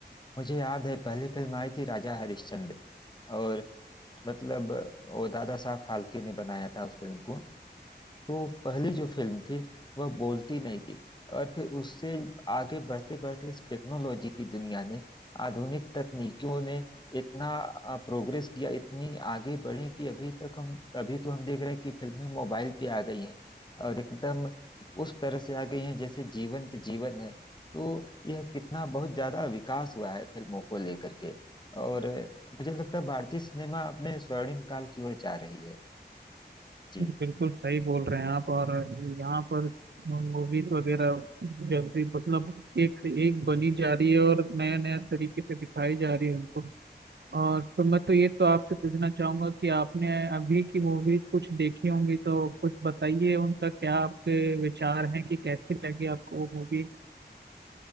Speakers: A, on the left; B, on the right.
A: मुझे याद है पहली फिल्म आई थी राजा हरिश्चंद्र और मतलब वो दादा साहब फाल्के ने बनाया था उस फिल्म को तो पहली जो फिल्म थी वह बोलती नहीं थी और फिर उससे आगे बढ़ते बढ़ते इस टेक्नोलॉजी की दुनिया ने आधुनिक तकनीकियों ने इतना अ, प्रोग्रेस किया इतनी आगे बढ़े कि अभी तक हम अभी तो हम देख रहे हैं कि फिल्में मोबाइल पे आ गई हैं और एकदम उस तरह से आ गई हैं जैसे जीवंत जीवन है तो यह कितना बहुत ज्यादा विकास हुआ है फिल्मों को लेकर के और अ, मुझे लगता है भारतीय सिनेमा अपने स्वर्णिम काल की ओर जा रही है जी
B: बिल्कुल सही बोल रहे हैं आप और यहाँ पर मूवीज वगैरह जल्दी मतलब एक से एक बनी जा रही है और नया नया तरीके से दिखाई जा रही है हमको और तो मैं तो ये तो आपसे पूछना चाहूंगा कि आपने अभी की मूवीज कुछ देखी होंगी तो कुछ बताइए उनका क्या आपके विचार हैं कि कैसी लगी आपको वो मूवी